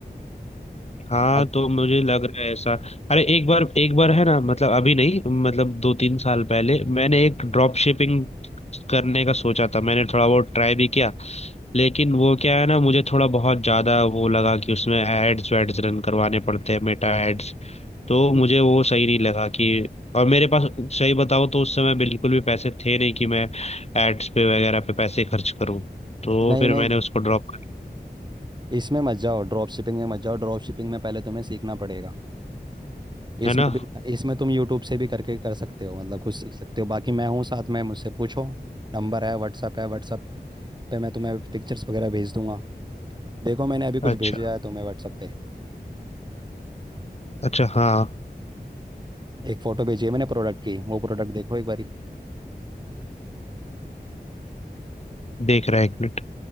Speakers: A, on the left; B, on the right.
A: हाँ
B: बाकी-
A: तो मुझे लग रहा है ऐसा अरे एक बार एक बार है ना मतलब अभी नहीं मतलब दो तीन साल पहले मैंने एक ड्रॉप शिपिंग करने का सोचा था मैंने थोड़ा बहुत ट्राई भी किया लेकिन वो क्या है ना मुझे थोड़ा बहुत ज्यादा वो लगा कि उसमें एड्स वैड्स रन करवाने पड़ते हैं मेटा एड्स तो मुझे
B: हम्म,
A: वो सही नहीं लगा कि और मेरे पास सही बताऊँ तो उस समय बिल्कुल भी पैसे थे नहीं कि मैं एड्स पे वगैरह पे पैसे खर्च करूँ तो
B: नहीं
A: फिर
B: नहीं
A: मैंने उसको ड्रॉप कर,
B: इसमें मत जाओ ड्रॉप शिपिंग में मत जाओ ड्रॉप शिपिंग में पहले तुम्हें सीखना पड़ेगा इसमें
A: है ना
B: भी इसमें तुम यूट्यूब से भी करके कर सकते हो मतलब खुद सीख सकते हो बाकी मैं हूँ साथ में मुझसे पूछो नंबर है व्हाट्सअप है व्हाट्सअप पे मैं तुम्हें पिक्चर्स वगैरह भेज दूंगा देखो मैंने अभी कुछ
A: अच्छा
B: भेजा है तुम्हें व्हाट्सअप पे
A: अच्छा हाँ
B: एक फ़ोटो भेजी है मैंने प्रोडक्ट की वो प्रोडक्ट देखो एक बारी
A: देख रहा है एक मिनट